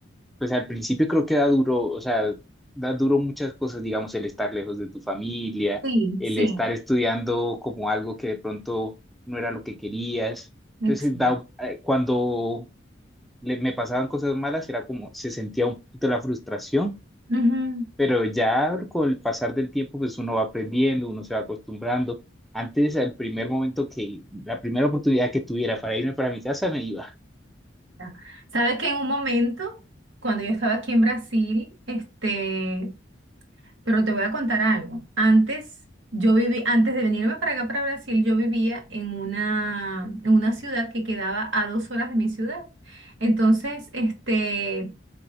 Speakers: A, in the centre; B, on the right.
A: pues al principio creo que da duro, o sea, da duro muchas cosas, digamos, el estar lejos de tu familia,
B: sí,
A: el
B: sí,
A: estar estudiando como algo que de pronto no era lo que querías.
B: excelente.
A: Entonces, da, eh, cuando le- me pasaban cosas malas, era como, se sentía un poquito la frustración
B: Ujú,
A: Pero ya con el pasar del tiempo, pues uno va aprendiendo, uno se va acostumbrando. Antes, al primer momento que, la primera oportunidad que tuviera para irme para mi casa, me iba.
B: ya. Sabes que en un momento, cuando yo estaba aquí en Brasil, este, Pero te voy a contar algo. Antes, yo viví, antes de venirme para acá, para Brasil, yo vivía en una, en una ciudad que quedaba a dos horas de mi ciudad. Entonces, este,